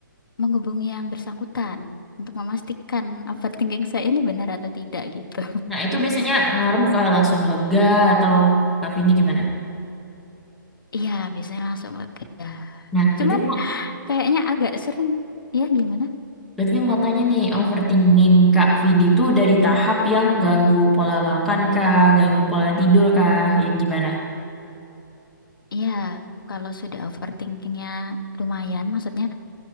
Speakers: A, on the left; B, in the centre.
A: menghubungi yang bersangkutan untuk memastikan overthinking saya ini benar atau tidak gitu
B: Nah itu biasanya ngaruh ke langsung lega atau Kak Vindi gimana?
A: iya biasanya langsung lega
B: Nah, berarti
A: Cuman
B: mau,
A: Kayaknya agak sering. Ya, gimana?
B: berarti mau tanya nih, overthinking Kak Vindi itu dari tahap yang ganggu pola makan kah, ganggu pola tidur kah, yang gimana?
A: Ya, kalau sudah overthinkingnya lumayan, maksudnya